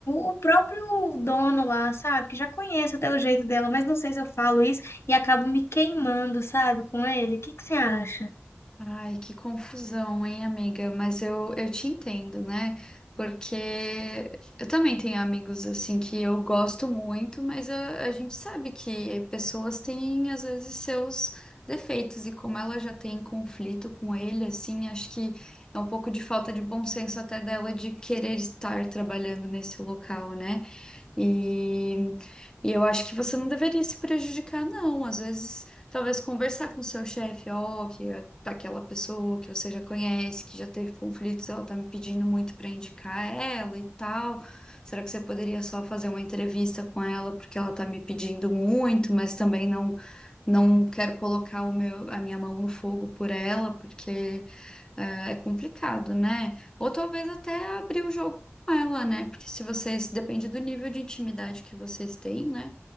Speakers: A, on the left; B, on the left.
A: o próprio dono lá, sabe? Que já conheço até o jeito dela, mas não sei se eu falo isso e acabo me queimando, sabe? Com ele. O que que você acha?
B: Ai, que confusão, hein, amiga? Mas eu, eu te entendo, né? Porque eu também tenho amigos assim que eu gosto muito, mas a, a gente sabe que pessoas têm às vezes seus defeitos, e como ela já tem conflito com ele, assim, acho que é um pouco de falta de bom senso até dela de querer estar trabalhando nesse local, né? E, e eu acho que você não deveria se prejudicar, não. Às vezes, talvez conversar com o seu chefe, ó, que é- tá aquela pessoa que você já conhece, que já teve conflitos, ela tá me pedindo muito para indicar ela e tal. Será que você poderia só fazer uma entrevista com ela porque ela tá me pedindo muito, mas também não não quero colocar o meu, a minha mão no fogo por ela, porque eh, é complicado, né? Ou talvez até abrir o jogo ela, né? Porque se vocês, depende do nível de intimidade que vocês têm, né?